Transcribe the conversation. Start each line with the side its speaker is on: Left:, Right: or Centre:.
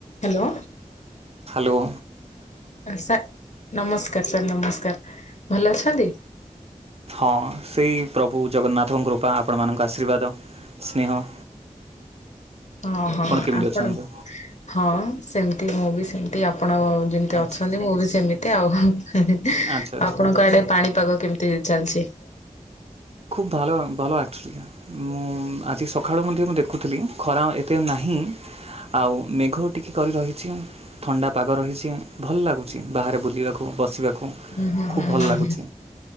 Left: Hello.
Right: Hello.
Left: Sir ନମସ୍କାର୍ sir ନମସ୍କାର୍ ଭଲ ଅଛନ୍ତି।
Right: ହଁ ସେଇ ପ୍ରଭୁ ଜଗନ୍ନାଥଙ୍କ କୃପା ଆପଣମାନଙ୍କ ଆର୍ଶୀବାଦ ସ୍ନେହ।
Left: ଅ ହଁ
Right: କେମିତି
Left: ଆପଣ
Right: ଅଛନ୍ତି?
Left: ହଁ ସେମତି ମୁଁ ବି ସେମତି ଆପଣ ଯେମତି
Right: ଆଚ୍ଛା
Left: ଅଛନ୍ତି
Right: ଆଚ୍ଛା
Left: ମୁଁ ବି ସେମିତି ଆଉ ହୁଁ ହୁଁ
Right: ଆଚ୍ଛା ଆଚ୍ଛା।
Left: ଆପଣଙ୍କ ଆଡେ ପାଣିପାଗ କେମତି ଚାଲିଚି।
Right: ଖୁବ ଭଲ ଭଲ ଆକ୍ଚଲି। ମୁଁ ଆଜି ସଖାଳୁ ମଧ୍ୟ ମୁଁ ଦେଖୁଥିଲି ଖରା ଏତେ ନାହିଁ ଆଉ ମେଘ ଟିକି କରି ରହିଛି। ଥଣ୍ଡା ପାଗ ରହିଚି ଭଲ ଲାଗୁଚି ବାହାରେ ବୁଲିବାକୁ ବସିବାକୁ।
Left: ହୁଁ ହୁଁ
Right: ଖୁବ
Left: ହୁଁ
Right: ଭଲ
Left: ହୁଁ।
Right: ଲାଗୁଚି